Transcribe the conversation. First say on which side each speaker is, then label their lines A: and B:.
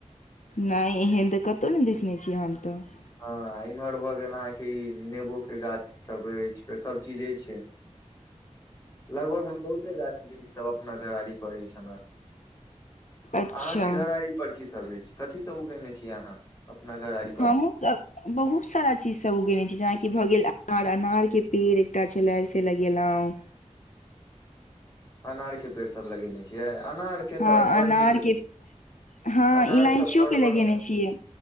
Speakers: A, on the left; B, on the left.
A: नहि एहन तऽ कतहु नहि देखने छियै हम तऽ। <unintelligible>
B: हँ इम्हर भऽ गेल अहाँके ई नेबोके गाछसभ अछि फेर सभचीज अछि। <unintelligible> लगभग मे बहुते गाछ वृक्ष सभ अपना घराड़ी परड़ अछि हमरा। <unintelligible>
A: अच्छा
B: अहाँके घरड़ी पर की सब। सब कथी सब उगेने छीियै अहाँ। <unintelligible> पर
A: हमहुूँ सब- बहुत सारा चीजसभ उगेने छी जेनाकि भऽ गेल। आर अनारके पेड़ एकटा छलय से लगेलहुँ।
B: अनार के पेड़ सब लगेने छियै? अनार के
A: हँ
B: तऽ बड़
A: अनारके
B: नीक होइ छै
A: हँ
B: अनार
A: इलायचियोके
B: सब घर
A: लगेने
B: पर ने
A: छियै।